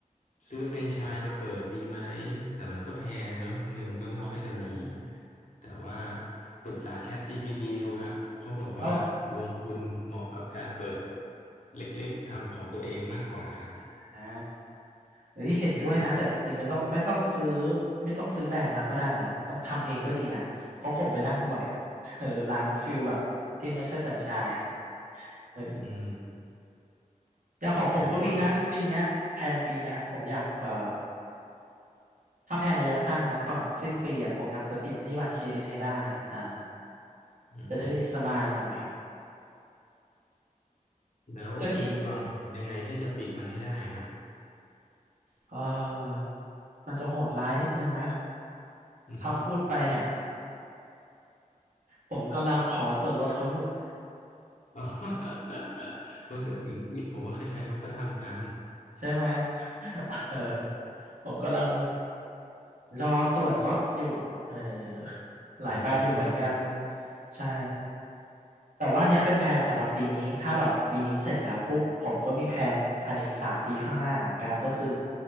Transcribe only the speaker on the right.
อ่า
อ๋อ
<laughs> อ่าเฮ้ยเห็นด้วยนะแต่จริงๆไม่ต้องไม่ต้องซื้อ
ไม่ต้องซื้อแบรนด์มาก็ได้นะต้องทำเองก็ดีนะเพราะผมไปนั่งบ่อย <laughs> เออร้านฟิลแบบที่ไม่ใช่แฟรนไชส์อ่ะเออ
อย่างของผมก็มีนะปีเนี้ยแผนปีเนี้ยผมอยากเอ่อ
ถ้าแผนระยะสั้นนะก่อนสิ้นปีอ่ะผมอยากจะปิดหนี้บัตรเครดิตให้ได้อ่า
จะได้สบายหน่อย
โดยที่เออมันจะโหดร้ายนิดนึงนะ
ถ้าพูดไปเนี่ย
ผมกำลังขอส่วนลดเขาอยู่ <laughs>
ใช่ไหมเออ
ผมกำลังรอส่วนลดอยู่เออหลายใบอยู่เหมือนกัน
ใช่ แต่ว่าเนี้ยเป็นแผนสำหรับปีนี้ถ้าแบบปีนี้เสร็จแล้วปุ๊บผมก็มีแผนภายในอีกสามปีข้างหน้าเหมือนกันก็คือ